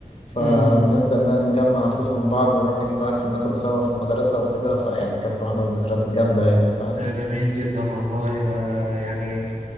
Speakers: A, on the left; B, on the right.
A: فبنفضل
B: مم.
A: ن- نجمع فلوس من بعض ونروح نجيب أكل وناكل سوا في المدرسة وكده فيعني كانت واحدة من الذكريات الجامدة يعني فاهم
B: ده جميل جدا والله ده يعني